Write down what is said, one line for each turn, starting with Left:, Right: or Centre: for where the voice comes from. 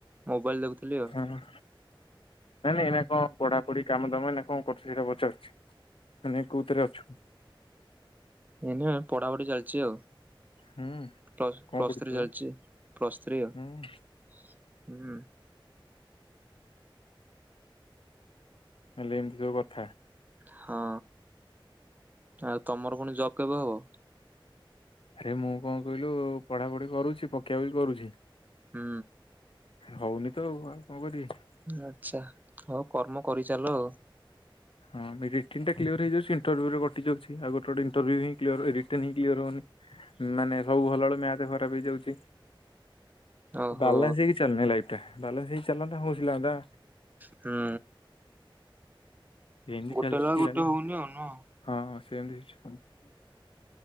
Right: ମୋବାଇଲ ଦେଖୁଥିଲି ଆଉ।
Left: ହଁ ନାଇଁ ନାଇଁ ଏଇନା କଣ ପଢାପଢି କାମ ଦାମ ଏଇ କଣ କରୁଛ ସେଇଟା ପଚାରୁଛି? ମାନେ କୋଉଥିରେ ଅଛୁ?
Right: ଏଇନେ ପଢାପଢି ଚାଲିଛି ଆଉ।
Left: ହୁଁ
Right: ପ୍ଲସ
Left: କଣ
Right: ପ୍ଲସ୍
Left: ପଢୁଛୁ
Right: ଥ୍ରୀ ଚାଲିଛି
Left: ବା?
Right: ପ୍ଲସ୍ ଥ୍ରୀ ଆଉ।
Left: ହୁଁ
Right: ହୁଁ।
Left: ହେଲେ ଏମିତି ସବୁକଥା।
Right: ହଁ, ଆଉ ତମର ପୁଣି ଜବ କେବେ ହବ?
Left: ଆରେ ମୁଁ କଣ କହିଲୁ ପଢାପଢି କରୁଛି ପକେଇବାକୁ ବି କରୁଛି।
Right: ହୁଁ।
Left: ହଉନି ତ ଆଉ କଣ କରିବି?
Right: ଆଚ୍ଛା ହଉ କର୍ମ କରିଚାଲ ଆଉ।
Left: ହଁ ରିଟିନ୍ ଟା କ୍ଲିୟର ହେଇଯାଉଛି ସେ ଇଣ୍ଟରଭ୍ୟୁରେ କଟିଯାଉଛି ଆଉ ଗୋଟେ ଗୋଟେ ଇଣ୍ଟରଭ୍ୟୁ ହିଁ କ୍ଲିୟାର ଏ ରିଟିନ୍ ହିଁ କ୍ଲିୟର ହଉନି। ମାନେ ସବୁ ଭଲବେଳେ ମ୍ୟାଥ ଖରାପ ହେଇଯାଉଛି
Right: ଓହୋ।
Left: ବାଲାନ୍ସ ହେଇ ଚାଲୁନି ଲାଇଫଟା। ବାଲାନ୍ଶ୍ ହେଇ ଚାଲନ୍ତା ଖୁସି ଲାଗନ୍ତା।
Right: ହୁଁ
Left: ଏମିତି
Right: ଗୋଟେ
Left: ଚାଲିଛି
Right: ହେଲା ବେଳକୁ ଗୋଟେ
Left: ଗଲା
Right: ହଉନି ଆଉ ନୁହଁ?
Left: ହଁ ସେମିତି ହେଉଛି ଖାଲି।